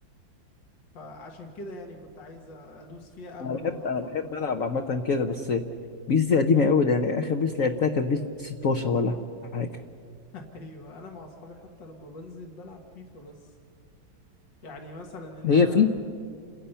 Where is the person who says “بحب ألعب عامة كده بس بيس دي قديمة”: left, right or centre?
Left